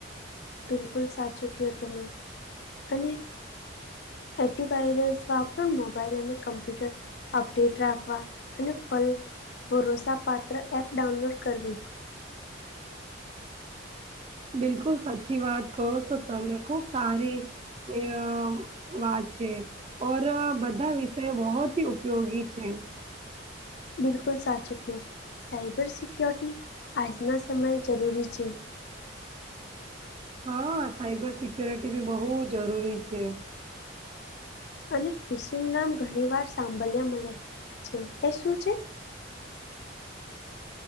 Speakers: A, on the left (about 55°); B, on the right (about 30°).
A: બિલકુલ સાચું કયો તમેં અને એન્ટીવાયરસ વાપરણ મોબાઈલ અને કમ્પ્યુટર અપડેટ રાખવા અને ફલ ભરોસા પાત્ર એપ ડાઉનલોડ કરવી
B: બિલકુલ સાચી વાત કહો છો તમે ખુબ સારી એ વાત છે ઓર બધા વિષય બહોત ઉપયોગી છે
A: બિલકુલ સાચું કિયો સાયબર સિક્યોરિટી આજના સમયે જરૂરી છે
B: હા સાઈબર સિક્ય્યોરીટી ભી બહુ જરૂરી છે
A: અને ફિશિંગ નામ ઘણી વાર સાંભળ્યા મળે છે એ શું છે